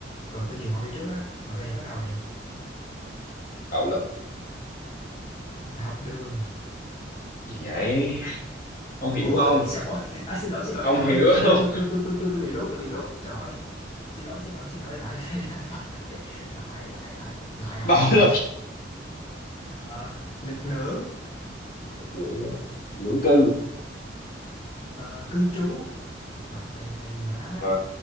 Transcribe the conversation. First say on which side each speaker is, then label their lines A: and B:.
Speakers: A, on the left; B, on the left.
A: rồi tôi nhường ông đi trước á rồi bây giờ bắt đầu nè
B: bạo lực
A: học học đường
B: gì vậy ông hiểu
A: ôi
B: không
A: trời ơi. à, xin lỗi xin lỗi
B: ông
A: trời
B: hiểu
A: ơi.
B: không?
A: tôi tôi tôi tôi tôi tôi tôi bị lú tôi bị lú trời ơi. xin lỗi xin lỗi xin lỗi lại lại lại lại lại lại lại lại lại lại
B: <laughs>
A: lại lại
B: bạo
A: lại Ờ, lực lượng
B: lực lưỡng lưỡng cư
A: ờ, cư trú trời ơi hay quá
B: Ờ,